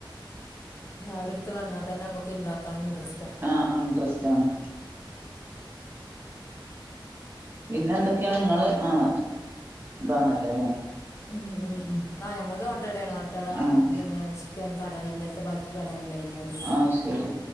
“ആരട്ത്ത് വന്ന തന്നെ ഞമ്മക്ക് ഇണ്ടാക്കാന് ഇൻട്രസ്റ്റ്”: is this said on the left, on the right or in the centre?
Left